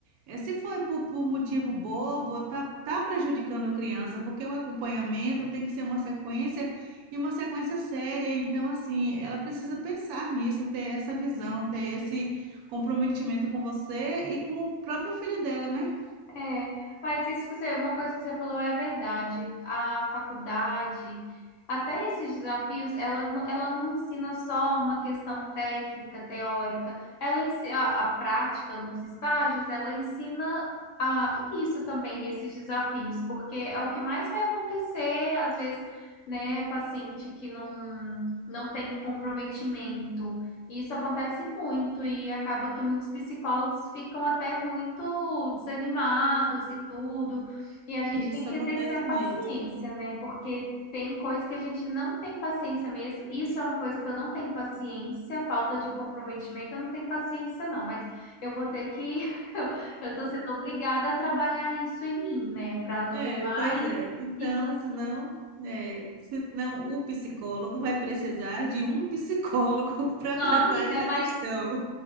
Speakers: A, on the right; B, on the left.
A: eh, se foi por, por motivo bobo, tá, tá prejudicando a criança, porque o acompanhamento tem que ser uma sequência e uma sequência séria, então assim, ela precisa pensar nisso, ter essa visão, ter esse comprometimento com você e com o próprio filho dela, né?
B: É, mas isso que você, uma coisa que você falou é verdade. A faculdade, até esses desafios, ela, não- ela não ensina só uma questão técnica, teórica. Ela ensina a, a prática nos estágios, ela ensina a, isso também, esses desafios, porque é o que mais vai acontecer, às vezes, né, paciente que não não tem comprometimento E Isso acontece muito e acaba que muitos psicólogos ficam até muito desanimados e tudo. E a gente
A: Isso
B: tem que
A: acontece
B: exercer a
A: mesmo.
B: paciência, né? Porque tem coisa que a gente não tem paciência mesmo. Isso é uma coisa que eu não tenho paciência, falta de comprometimento, eu não tenho paciência não, mas eu vou ter que <laughs> eu eu tô sendo obrigada a trabalhar isso em mim, né? Para não
A: É,
B: ir lá
A: pois
B: e
A: é. Então,
B: e
A: senão, é, senão o psicólogo vai precisar de um psicólogo <laughs> para
B: não,
A: tratar
B: amiga,
A: essa
B: mas
A: questão.